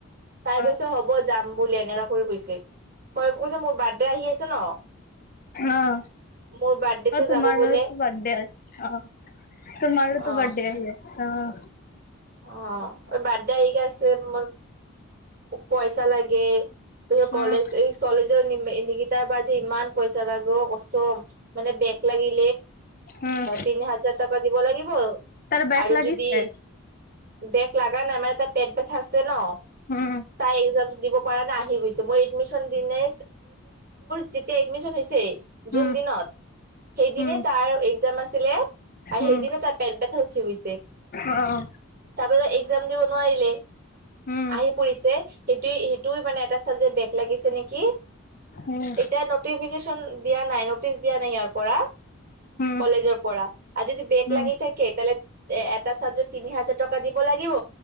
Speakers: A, on the right; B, on the left.
A: তাই
B: অ',
A: কৈছে, হ'ব যাম বুলি এনেকা কৰি কৈছে। মই <unintelligible> যে মোৰ বাৰ্থডে আহি আছে ন।
B: অ',
A: মোৰ বাৰ্থডেটো
B: অ তোমাৰো
A: যাব বোলে
B: বাৰ্থডে আছে অ। তোমাৰোতো
A: অ
B: বাৰ্থডে আহি আছে অহ।
A: অ', বাৰ্থডে আহি আছে মোৰ, পইচা লাগে। প কলেজ
B: উম,
A: এই কলেজৰ নিগিতাৰ ব যে ইমান পইচা লাগে অ, কচম মানে বেগ লাগি
B: উম,
A: তিনি হাজাৰ টকা দিব লাগিব
B: তাৰ বেগ
A: আৰু
B: লাগিছে
A: যদি বেগ লাগা নাই মানে তাত পেট বথ <unintelligible> ন।
B: উম,
A: তাই দিব পৰা নাই আহি গৈছে, মই এডমিচন দিনাই যেতিয়া এডমিচন হৈছে, জুন
B: উম,
A: দিনত। সেইদিনে
B: উম,
A: তাৰ একজাম আছিলে আৰু
B: উম,
A: সেইদিনে তাৰ পেট বথ উঠি গৈছে।
B: অ',
A: তাৰপিছত একজাম দিব ওলাই আহিলে,
B: উম,
A: আহি পৰিছে সেইটোৱেই, সেইটোৱেই মানে এটা <unintelligible> বেগ লাগিছে নেকি?
B: উম,
A: এতিয়া নটিফিকেশ্যন দিয়া নাই, নটিচ দিয়া নাই ইয়াৰ পৰা।
B: উম,
A: কলেজৰ পৰা আৰু যদি বেগ
B: উম,
A: লাগি থাকে, তেলে এটা চাবজেকত তিনি হাজাৰ টকা দিব লাগিব।